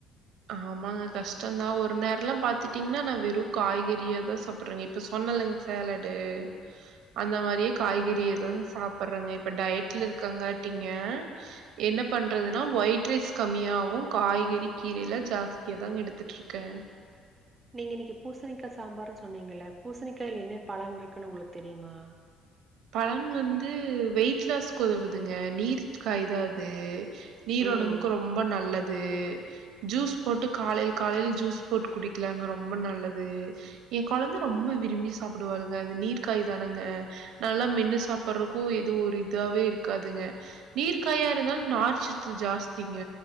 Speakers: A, on the right; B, on the right.
A: ஆமாங்க கஷ்டம்தா ஒரு நேரல்லா பாத்திட்டீங்னா நா வெறு காய்கறியதா சாப் புறங்க இப்ப சொன்னலங்க சேலடு அந்த மாதிரியே காய்கறைதா சாப்டுறங்க இப்ப டயட்ல இருக்காங்காட்டீங்க என்ன பண்றதுனா ஒயிட் ரைஸ் கம்மியாவு காய்கறி கீரை எல்லா ஜாஸ்தியா தாங்க எடுத்துட்டு இருக்கே
B: நீங்க இன்னைக்கு பூசணிக்கா சாம்பார்ன்னு சொன்னீங்க பூசணிக்காய்ல என்ன பலன் இருக்குன்னு உங்களுக்கு தெரியுமா
A: பலன் வந்து வெயிட் லாஸ் குதவுதுங்க நீர் காய்தா அது நீரோடம்புக்கு
B: ம்.
A: ரொம்ப நல்லது ஜூஸ் போட்டு காலேல் காலேல் ஜூஸ் போட்டு குடிக்கலாங்க ரொம்ப நல்லது ஏ கொழந்த ரொம்ப விரும்பி சாப்டுவானுங்க அது நீர் காய்தானுங்க நல்லா மென்னு சாப்றக்கு எதுவு ஒரு இதாகவே இருக்காதுங்க நீர் காயா இருந்தாலு நாரிச்சத்து ஜாஸ்திங்க